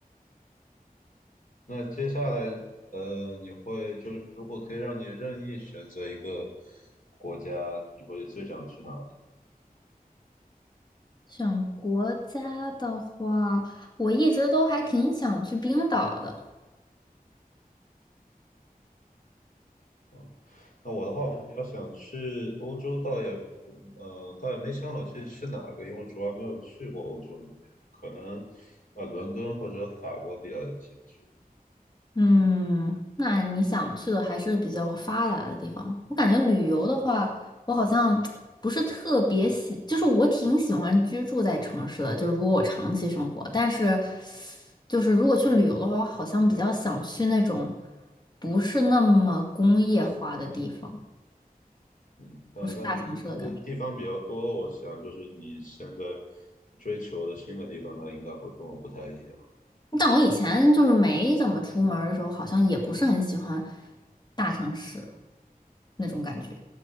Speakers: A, on the left; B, on the left.
A: 那接下来，呃，你会就如果可以让你任意选择一个国家，你会最想去哪里？
B: 选国家的话，我一直都还挺想去冰岛的。
A: 嗯，那我的话，我会比较想去欧洲，倒也不，呃，倒也没想好去去哪个，因为主要没有去过欧洲那边，可能呃，伦敦或者法国比较有兴趣。
B: 嗯，那你想去的还是比较发达的地方。我感觉旅游的话，我好像 <tsk> 不是特别喜，就是我挺喜欢居住在城市的，就是如果我长期生活，但是就是如果去旅游的话，我好像比较想去那种不是那么工业化的地方，
A: 嗯，但那你去的地方比较多，
B: 不是大城市的感觉。
A: 我想就是你现在追求的新的地方，那应该会跟我不太一样。
B: 但我以前就是没怎么出门儿的时候，好像也不是很喜欢大城市那种感觉。